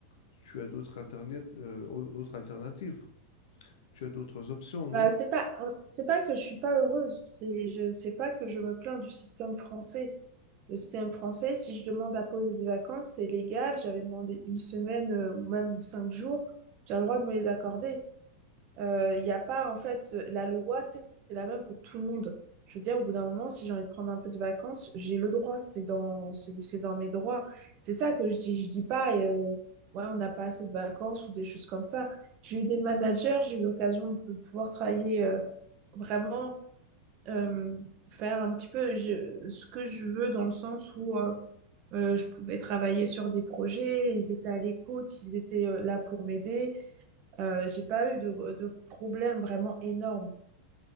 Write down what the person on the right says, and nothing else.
bah, c'est pas c'est pas que je suis pas heureuse c'est je c'est pas que je me plains du système français le système français si je demande à poser des vacances c'est légal j'avais demandé une semaine euh, ou même cinq jours j'ai le droit de me les accorder Euh, Il n'y a pas, en fait, la loi, c'est la même pour tout le monde. Je veux dire, au bout d'un moment, si j'ai envie de prendre un peu de vacances, j'ai le droit, c'est dans, c'est c'est dans mes droits. C'est ça que je dis. Je dis pas, euh, ouais, on n'a pas assez de vacances ou des choses comme ça. J'ai eu des managers, j'ai eu l'occasion de pouvoir travailler euh, vraiment, euh, faire un petit peu je- ce que je veux dans le sens où euh, euh, je pouvais travailler sur des projets, ils étaient à l'écoute, ils étaient euh, là pour m'aider. Euh, j'ai pas eu de, de problème vraiment énorme.